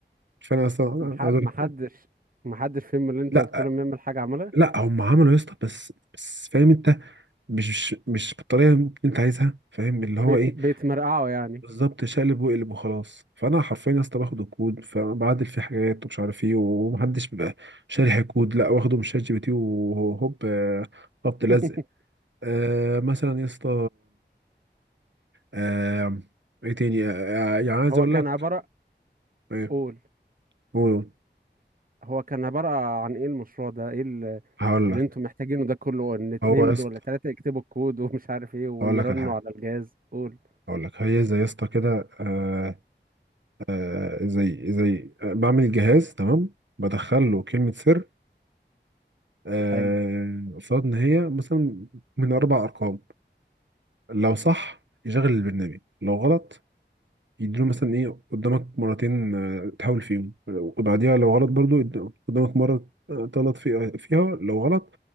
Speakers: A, on the right (about 75°); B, on the right (about 50°).
A: فانا اصلا أنا
B: مح-
A: عايز أقول
B: محدش
A: لك-
B: محدش فيهم اللي انت
A: لا
B: قلت لهم يعمل حاجة عملها
A: لا هم عملوا يا اسطى بس بس فاهم انت مش مش مش بالطريقه اللي انت عايزها فاهم اللي هو
B: بيت
A: ايه
B: بيتمرقعوا يعني
A: بالظبط شقلب وقلب وخلاص فانا حرفيا يا اسطى باخد الكود فبعدل فيه حاجات ومش عارف ايه ومحدش بيبقى شارح الكود لا واخده من شات جي بي تي وهوب آه، خبط
B: <laughs>
A: لزق آه مثلا يا اسطى آه ايه تاني آه آه، يعني عايز
B: هو
A: اقول
B: كان
A: لك
B: عبارة
A: ايه
B: قول
A: قول قول.
B: هو كان عبارة عن ايه المشروع ده ايه ال-
A: هقول
B: اللي
A: لك
B: انتوا محتاجينه ده كله ان اتنين
A: هو يا اسطى
B: دول ولا تلاتة يكتبوا الكود ومش عارف ايه ويرنوا
A: هقول لك على حاجه
B: على الجهاز قول
A: هقول لك هي زي يا اسطى كده آه، آه زي زي آه، بعمل جهاز تمام بدخل له كلمة سر آه،
B: حلو
A: قصاد إن هي مثلا من أربع أرقام لو صح يشغل البرنامج لو غلط يديله مثلا إيه قدامك مرتين آه، تحاول فيهم وبعديها لو غلط برضو يد- قدامك مرة آه، تغلط فيها فيها لو غلط